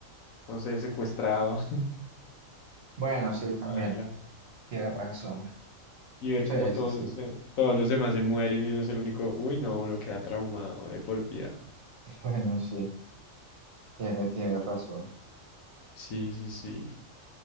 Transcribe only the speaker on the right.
Bueno, sí, también.
Tiene razón.
Sí,
sí, sí.
<laughs> Bueno, sí. Tiene, tiene razón.